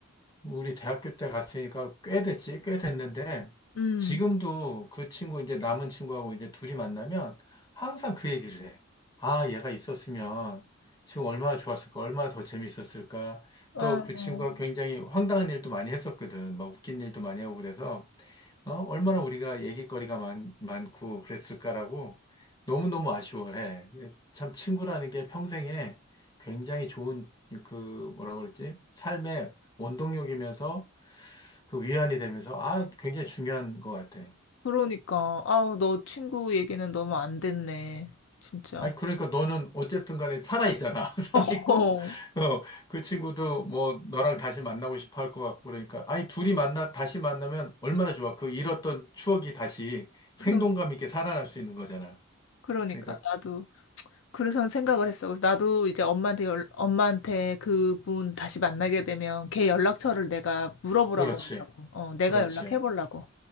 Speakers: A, on the left; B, on the left.
A: 우리 대학교 때 갔으니까 꽤 됐지, 꽤 됐는데,
B: 음.
A: 지금도 그 친구, 이제 남은 친구하고 이제 둘이 만나면 항상 그 얘기를 해. 아, 얘가 있었으면 지금 얼마나 좋았을까, 얼마나 더 재밌었을까.
B: 아,
A: 또 그
B: 어.
A: 친구가 굉장히 황당한 일도 많이 했었거든. 막 웃긴 일도 많이 하고 그래서, 어, 얼마나 우리가 얘기거리가 많, 많고 그랬을까라고 너무너무 아쉬워해. 참 친구라는 게 평생에 굉장히 좋은 그 뭐라 그러지? 삶의 원동력이면서 그 위안이 되면서 아 굉장히 중요한 것 같아.
B: 그러니까. 아우, 너 친구 얘기는 너무 안 됐네. 진짜.
A: 아니 그러니까 너는 어쨌든 간에 살아있잖아. <laughs>
B: 어,
A: 살아있고 어, 그 친구도 뭐 너랑 다시 만나고 싶어 할 것 같고 그러니까 아니 둘이 만나 다시 만나면 얼마나 좋아. 그 잃었던 추억이 다시 생동감
B: 그러,
A: 있게 살아날 수 있는 거잖아.
B: 그러니까.
A: 그러니까
B: 나도. 그래서 생각을 했어. 그래서 나도 이제 엄마한테 연- 엄마한테 그분 다시 만나게 되면 걔 연락처를 내가 물어보라고
A: 그렇지.
B: 하려고. 어, 내가
A: 그렇지.
B: 연락해 보려고.